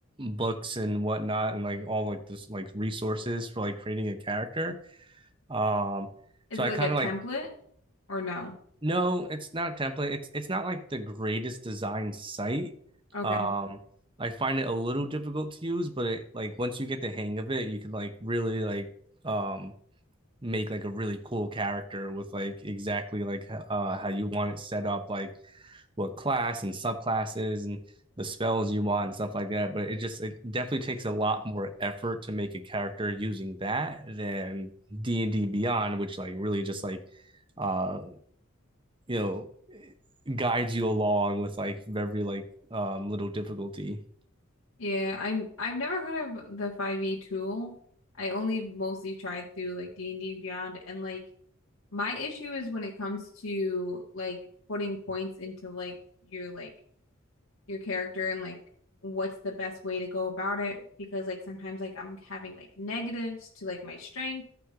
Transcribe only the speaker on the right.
books and whatnot and like all like this like resources for like creating a character. Um
so
I
kind
of
like
no, it's not a template. It's it's not like the greatest design site.
Um, I find it a little difficult to use, but it like once you get the hang of it, you can like really like um make like a really cool character with like exactly like h- uh how you want it set up, like what class and subclasses and the spells you want and stuff like that. But it just it definitely takes a lot more effort to make a character using that than D&D Beyond, which like really just like uh you know guides you along with like every like um little difficulty.